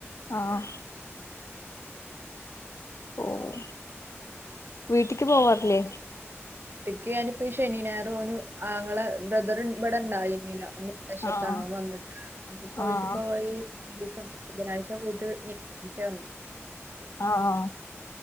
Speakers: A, on the left; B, on the right.
A: ആഹ് ഓഹ് വീട്ടിക്ക് പോവാറില്ലേ?
B: ട്ടിക്ക് ഞാനിപ്പ ഈ ശനി, ഞായറും ഓന് ആങ്ങള ബ്രദറ് ഇബടെ ഇണ്ടായിരുന്നില്ല വിദേശത്താണ്
A: ആഹ്
B: ഓം വന്നിട്ട് അപ്പൊ പോയിട്ടിപ്പോ
A: ആഹ്
B: ഈ <unintelligible> ബുധനാഴ്ച പോയിട്ട് <unintelligible>
A: ആഹ് ആ